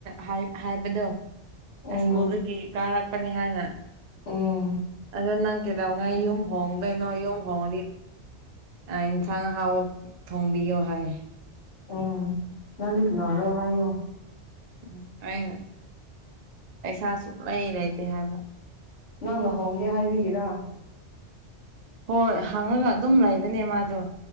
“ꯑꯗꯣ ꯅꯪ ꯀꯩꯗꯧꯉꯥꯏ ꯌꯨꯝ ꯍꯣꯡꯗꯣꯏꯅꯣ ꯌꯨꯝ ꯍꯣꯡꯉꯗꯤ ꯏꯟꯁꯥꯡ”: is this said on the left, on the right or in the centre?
Right